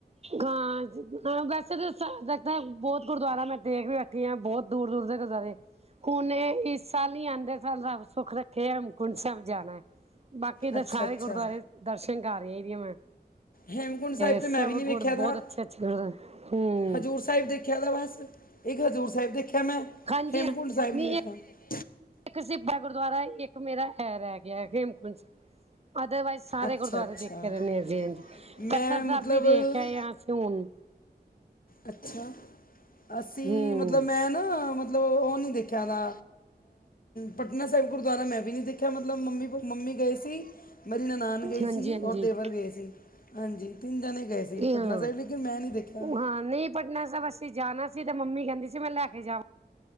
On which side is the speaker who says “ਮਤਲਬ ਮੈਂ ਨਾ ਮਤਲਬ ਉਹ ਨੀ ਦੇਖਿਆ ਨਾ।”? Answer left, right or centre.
Left